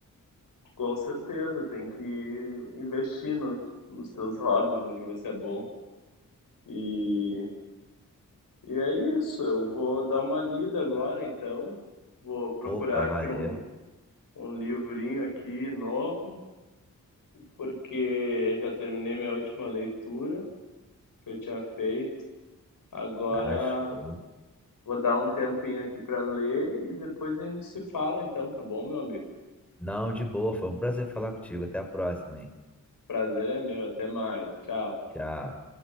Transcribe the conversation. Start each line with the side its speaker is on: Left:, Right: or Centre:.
Left: Com certeza, tem que investir nos, nos teus hobbies, no que você é bom. E, e é isso, eu vou dar uma lida agora, então. Vou procurar
Centre: Opa,
Left: aqui
Centre: valeu.
Left: um, um livrinho aqui novo, porque já terminei minha última leitura que eu tinha feito. Agora
Centre: Acho.
Left: vou dar um tempinho aqui para ler e depois a gente se fala, então, tá bom, meu amigo?
Centre: Não, de boa, foi um prazer falar contigo. Até a próxima, hein?
Left: Prazer é meu, até mais. Tchau.
Centre: Tchau.